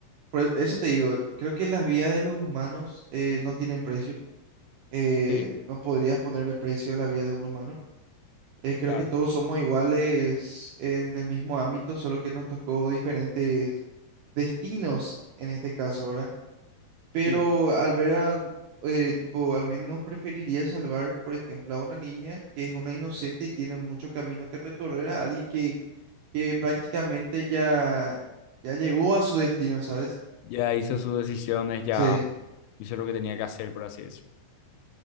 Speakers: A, on the right; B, on the left.
A: por e- eso te digo, creo que las vidas de los humanos eh, no tienen precio. eh,
B: Sí,
A: no podrías ponerle precio a la vida de un humano. Eh, creo
B: claro.
A: que todos somos iguales en el mismo ámbito, solo que nos tocó diferentes destinos en este caso, ¿verdad? Pero
B: Sí.
A: al ver a, eh, tipo, al menos preferiría salvar, por ejemplo, a una niña que es una inocente y tiene mucho camino que recorrer a alguien que que prácticamente ya, ya llegó a su destino, ¿sabes?
B: Ya hizo sus decisiones, ya
A: Sí.
B: hizo lo que tenía que hacer, por así decirlo.